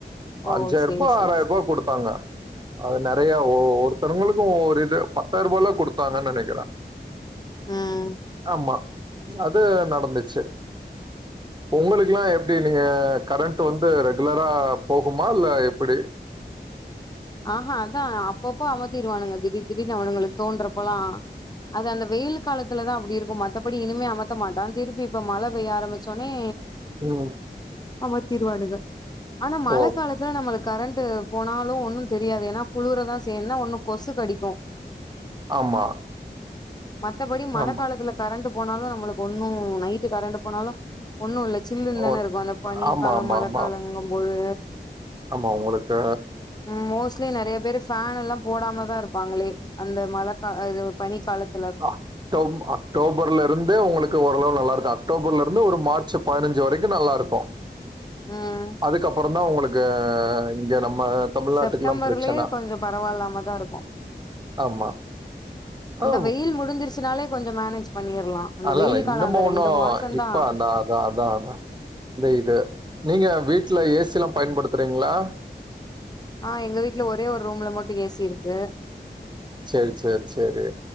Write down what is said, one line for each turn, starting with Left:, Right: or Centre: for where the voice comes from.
Left: ஓ
Right: அஞ்சாயிர்
Left: சேரி
Right: ரூபா
Left: சேரி
Right: ஆறாயிர்
Left: சே
Right: ரூபா குடுத்தாங்க அது நெறைய ஒருத்தருங்களுக்கு ஒருத்தருங்களுக்கும் ஒ இது பத்தாயிர ரூபால குடுத்தாங்கனு நெனைக்கிற
Left: ம்
Right: ஆமா ம் அது நடந்துச்சு உங்குளுக்கெல்லா எப்டி நீங்க கரெண்ட் வந்து ரெகுலரா போகுமா இல்ல எப்பிடி
Left: ஆஹா அதா அப்பப்போ அமத்திருவானுங்க திடீர் திடீர்னு அவனுங்களுக்கு தோன்றப்பலா அது அந்த வெயில் காலத்துலதா அப்டி இருக்கு மத்தபடி இனிமே அமத்த மாட்டா திருப்பி இப்ப மழ பெய்ய ஆரம்பிச்ச உனே
Right: ம்
Left: அமத்திருவானுங்க ஆனா மழ
Right: ஓ
Left: காலத்துல நம்மளுக்கு கரண்ட்டு போனாலும் ஒன்னும் தெரியாது ஏனா குளுர தா செய்யு என்னா ஒன்னு கொசு கடிக்கும்
Right: ஆமா
Left: மத்தபடி மழ
Right: ஆமா
Left: காலத்துல கரண்ட்டு போனாலு நம்மளுக்கு ஒண்ணும் நைட்டு கரண்ட்டு போனாலு ஒண்ணு இல்ல சில்லுன்னு தானே
Right: ஓ
Left: இருக்கும் அந்த பனி
Right: ஆமா
Left: காலம்
Right: ஆமா
Left: மழ
Right: ஆமா
Left: காலங்கும் போது
Right: ஆமா உங்குளுக்கு
Left: உம் மோஸ்ட்லி நெறைய பேரு ஃபேன் எல்லாம் போடாம தா இருப்பாங்களே அந்த மழ கால இது பனி காலத்
Right: அ அக்டோ அக்டோபர்ல இருந்து உங்களுக்கு ஓரளவு நல்லா இருக்கு அக்டோபர்ல இருந்து ஒரு மார்ச் பதினஞ்சு வரைக்கும் நல்லா இருக்கும்
Left: ம்
Right: அதுக்கப்புற தா உங்களுக்கு இங்க நம்ம தமிழ்நாட்டுக்குல்லா
Left: செப்டம்பர்லயே
Right: பிரச்சன
Left: கொஞ்சோ பரவாயில்லாம தா இருக்கு
Right: ஆமா ஔ
Left: அந்த வெயில் முடிஞ்சிருச்னாலே கொஞ்சோ மேனேஜ் பண்ணிர்லா அந்த
Right: அதுலா
Left: வெயில்
Right: இல்ல
Left: காலோ
Right: இன்னுமு
Left: அந்த
Right: ஒன்னு
Left: ரெண்டு மாசந்தா
Right: இப்ப அதா அதா அதா இந்த இது நீங்க வீட்ல ஏசில்லா பயன்படுத்றீங்ளா
Left: ஆ எங்க வீட்ல ஒரே ஒரு ரூம்ல மட்டும் ஏசி இருக்கு
Right: சேரி சேரி சேரி